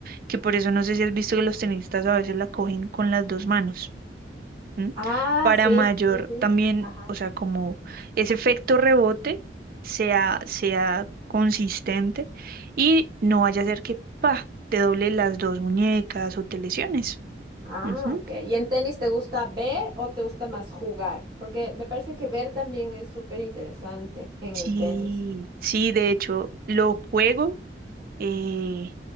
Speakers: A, on the right; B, on the right.
A: que por eso no sé si has visto que los tenistas a veces la cogen con las dos manos. ¿m?
B: Ah,
A: Para
B: sí,
A: mayor
B: sí, sí.
A: también,
B: Ajá.
A: o sea, como ese efecto rebote sea, sea consistente y no vaya a ser que, pa, te doble las dos muñecas o te lesiones.
B: Ah,
A: Ujú.
B: ok. ¿Y en tenis te gusta ver o te gusta más jugar? Porque me parece que ver también es súper interesante en
A: Sí,
B: el tenis.
A: sí, de hecho, lo juego Eh,